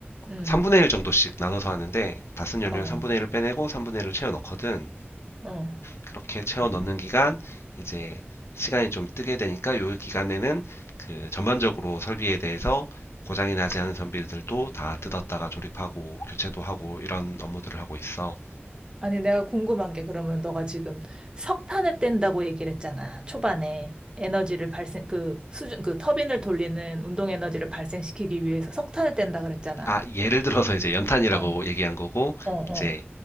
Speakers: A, on the right; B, on the left.
A: 응.
B: 3분의 1 정도씩 나눠서 하는데 다쓴 연료는
A: 어.
B: 3분의 1을 빼내고 3분의 1을 채워 넣거든.
A: 어.
B: 그렇게 채워 넣는 기간 이제 시간이 좀 뜨게 되니까 요 기간에는 그 전반적으로 설비에 대해서 고장이 나지 않은 선비들도 다 뜯었다가 조립하고 교체도 하고 이런 업무들을 하고 있어.
A: 아니, 내가 궁금한 게 그러면 너가 지금 석탄을 뗀다고 얘기를 했잖아. 초반에 에너지를 발생, 그 수준, 그 터빈을 돌리는 운동 에너지를 발생시키기 위해서 석탄을 뗀다 그랬잖아.
B: 아, 예를 들어서 이제 연탄이라고
A: 어,
B: 얘기한 거고
A: 어, 어.
B: 이제